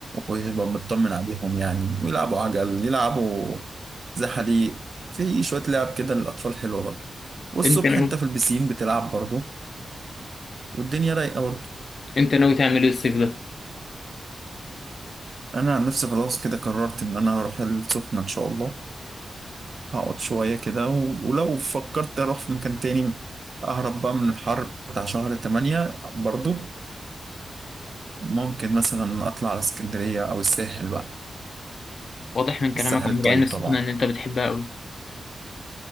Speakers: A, on the right; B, on the left.
A: ويبقى مطمن عليهم يعني ويلعبوا عجل يلعبوا زحاليق في شوية لعب كده للأطفال حلوة برضو والصبح
B: انت ناوي
A: انت في البسين بتلعب برضو والدنيا رايقة برضو
B: انت ناوي تعمل ايه الصيف ده
A: انا عن نفسي خلاص كده قررت ان انا هروح السخنه ان شاء الله هقعد شويه كده و... ولو فكرت اروح في مكان تاني اهرب بقى من الحر بتاع شهر 8 برضو ممكن مثلا اطلع على اسكندريه او الساحل بقى
B: واضح من كلامك
A: الساحل
B: عن
A: الطيب
B: العين السخنه
A: طبعا
B: ان انت بتحبها قوي